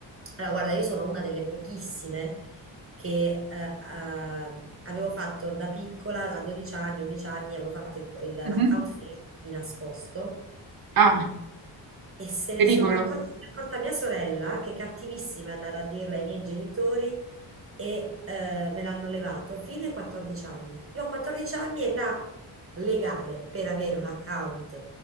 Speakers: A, on the right (about 25°); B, on the right (about 45°).
A: allora guarda, io sono una delle pochissime che eh, ah, avevo fatto da piccola, a 12 anni, 11 anni, avevo fatto il- il- l'account
B: Mhm.
A: Facebook di nascosto
B: Ah,
A: e se ne
B: pericolo.
A: sono accorta, se ne è accorta mia sorella, che cattivissima è andata a dirla ai miei genitori e eh, me l'hanno levato fino ai 14 anni. Io a 14 anni, età legale per avere un account